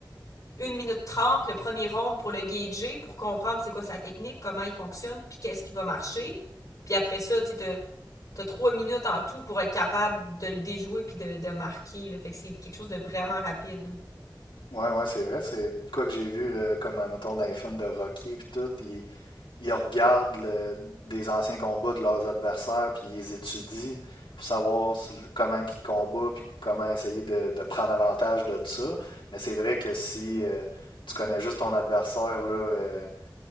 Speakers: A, on the left; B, on the left.
A: une minute trente, le premier round pour le gager, pour comprendre c'est quoi sa technique, comment il fonctionne, puis qu'est-ce qui va marcher. Puis après ça, tu sais, t'as trois minutes en tout pour être capable de le déjouer puis de, de marquer. Là. Fait que c'est quelque chose de vraiment rapide. hein.
B: Ouais, ouais, c'est vrai. C'est quoi que j'ai vu, là, comme, mettons, dans les films de Rocky puis tout, ils, ils regardent le- des anciens combats de leurs adversaires puis ils les étudient pour savoir s- comment ils combattent puis comment essayer de, de prendre avantage de ça. Mais c'est vrai que si euh, tu connais juste ton adversaire, là, euh,